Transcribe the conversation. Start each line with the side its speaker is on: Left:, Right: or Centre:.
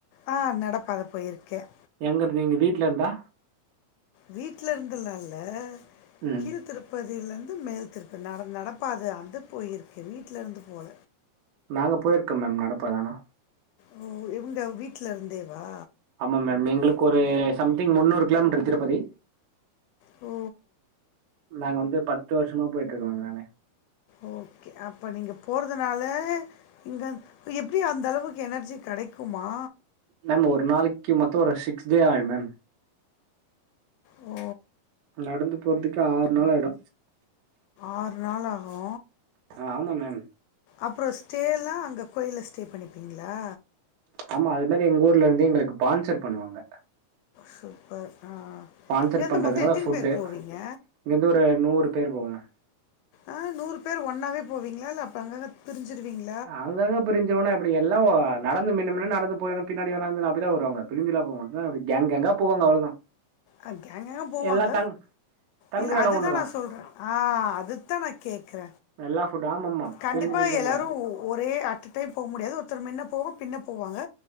Left: ஆ நடப்பாதை போயிருக்கேன்
Right: எங்க இருந்து வீட்டுல இருந்தா
Left: வீட்ல இருந்துலா இல்ல
Right: ம்
Left: கீழ் திருப்பதியில இருந்து மேல் திருப்பதி நட நட அப்ப அது அந்து போயிருக்கு வீட்ல இருந்து போல
Right: நாங்க போயிருக்கோ மேம் நடப்பாதானா
Left: ஓ இவங்க வீட்ல இருந்தேவா
Right: ஆமா மேம் எங்களுக்கு ஒரு சம்திங் முன்னூறு கிலோமீட்டர் திருப்பதி
Left: ஓ
Right: நாங் வந்து பத்து வருஷமா போயிட்டு இருக்கோ மேம் நானு
Left: ஒகே அப்ப நீங்க போறதுனால இங்க எப்டி அந்த அளவுக்கு எனர்ஜி கெடைக்குமா
Right: மேம் ஒரு நாளைக்கு மத்தோ ஒரு சிக்ஸ் டே அயிடு மேம்
Left: ஓ
Right: நடந்து போறதுக்கே ஆறு நாள் ஆயிடு
Left: ஆறு நாள் ஆகு
Right: அ ஆமா மேம்
Left: அப்றோ ஸ்டேல்லா அங்க கோயில ஸ்டே பண்ணிப்பீங்ளா
Right: ஆமா அது மாதிரி எங்க ஊர்ல இருந்து எங்களுக்கு ஸ்பான்சர் பண்ணுவாங்க
Left: சூப்பர் ஆ
Right: ஸ்ஃபான்சர்
Left: இங்கேருந்து
Right: பண்ணறதுனால
Left: மொத்தம் எத்தனை
Right: ஃபுட்டு
Left: பேர் போவீங்க
Right: இங்கேருந்து ஒரு நூறு பேர் போவங்க
Left: ஆ நூறு பேர் ஒன்னாவே போவீங்ளா இல்ல அப்ப அங்க அங்க பிரிஞ்சடுவீங்ளா
Right: அங்கங்க பிரிஞ்சோனா எப்டி எல்ல நடந்து மின்ன மின்ன நட போனு பின்னாடி நடந்து அப்டிதா வருவாங்க பிரஞ்சுல போமாட்டாங்க கேங் கேங்கா போவாங்க அவ்ளோதா
Left: அ கேங் கேங்கா போவாங்க
Right: எல்லா தங் தங்குற
Left: இல்ல
Right: எடோ
Left: அதுதா
Right: ஒன்னுதா
Left: நா சொல்ற ஆ அதுதா நா கேக்ற
Right: எல்லா ஃபுட் ஆமாமா
Left: கண்டிப்பா
Right: பிரிஞ்சு பிரிஞ்சுதா
Left: எல்லாரு
Right: போவாங்க
Left: ஒரே ஆட் டன் டைம் போ முடியாது ஒருத்தர் முன்ன போவாங்க பின்ன போவாங்க